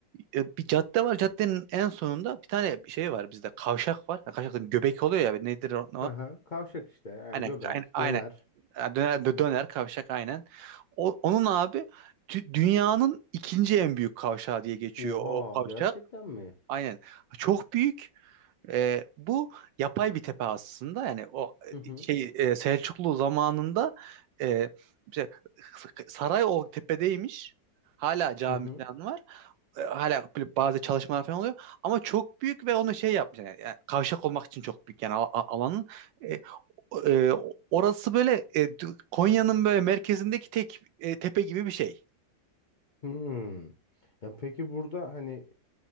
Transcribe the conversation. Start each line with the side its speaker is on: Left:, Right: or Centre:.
Right: e, bir cadde var. Caddenin en sonunda bir tane şey var bizde kavşak var. Ha, Kavşak dedim, göbek oluyor ya nedir o?
Left: Hı hı. Kavşak işte yani
Right: Aynen
Left: göbek,
Right: aynen. aynen.
Left: döner.
Right: Ha, Döner, dö- döner kavşak aynen. O, onun abi dü- dünyanın ikinci en büyük kavşağı diye geçiyor
Left: Oha
Right: o kavşak.
Left: gerçekten mi?
Right: Aynen. Çok büyük. E, bu yapay bir tepe aslında yani o
Left: Hı hı.
Right: e, şey e, Selçuklu zamanında e, işte saray o tepedeymiş. Hala cami
Left: Hı hı.
Right: falan var. E, hala böyle bazı çalışmalar falan oluyor. Ama çok büyük ve onu şey yapmış. Yani, yani kavşak olmak için çok büyük yani al- al- alanın. E, o- e, orası böyle e, Konya'nın böyle merkezindeki tek e, tepe gibi bir şey.
Left: Hmm. Ya peki burada hani